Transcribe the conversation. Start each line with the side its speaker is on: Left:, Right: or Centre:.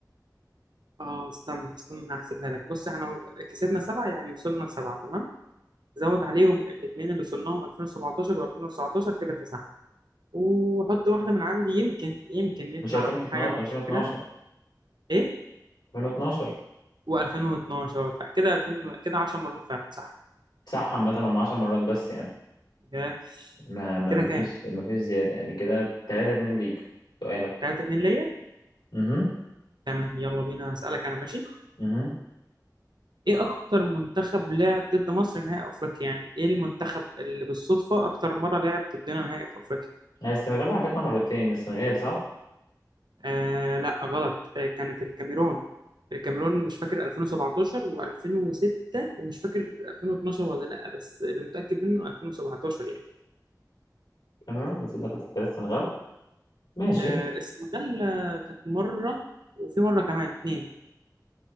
Right: اه استنى استنى هحسبها لك بص احنا كسبنا سبعة يعني وصلنا لسبعة تمام زود عليهم الاثنين اللي وصلناهم 2017 و2019 كده تسعة وحط واحدة من عندي يمكن يمكن يطلع
Left: مش 2012
Right: في حاجة أنا
Left: 2012
Right: مش فاكرها ايه
Left: 2012
Right: و2012 فكده 2000 كده 10 مرات فعلا صح
Left: صح عامه هم 10 مرات بس يعني
Right: كده
Left: ما ما
Right: كده
Left: ما
Right: كام
Left: فيش ما فيش زياده يعني كده 3 2 ليك سؤالك
Right: 3 2 ليا
Left: اها
Right: تمام يلا بينا هسألك انا ماشي
Left: اها
Right: ايه اكتر منتخب لعب ضد مصر نهائي افريقيا يعني ايه المنتخب اللي بالصدفة اكتر مرة لعب ضدنا نهائي في افريقيا
Left: السنغال لعبتنا مرتين السنغال صح
Right: آه لا غلط آه كانت الكاميرون الكاميرون مش فاكر 2017 و2006 ومش فاكر 2012 ولا لا بس اللي متأكد منه 2017 يعني
Left: كاميرون قلت لك كنت السنغال ماشي
Right: آه السنغال آه، كانت مرة وفي مرة كمان اتنين